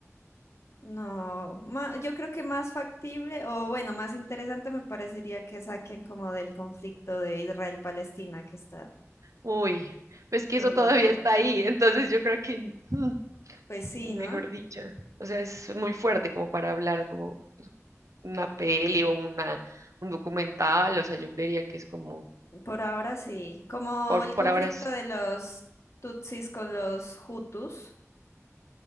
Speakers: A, on the left (about 60°); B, on the right (about 75°).
A: No, ma- yo creo que más factible o bueno, más interesante me parecería que saquen como del conflicto de Israel-Palestina que está
B: Uy, pues que
A: todo
B: eso
A: loco.
B: todavía está ahí, entonces yo creo que, mm,
A: Pues sí,
B: mejor
A: ¿no?
B: dicho, o sea, es muy fuerte como para hablar como una peli o una, un documental, o sea, yo creería que es como,
A: Por ahora sí. Como
B: por,
A: el
B: por
A: conflicto
B: ahora es,
A: de los Tutsis con los Hutus,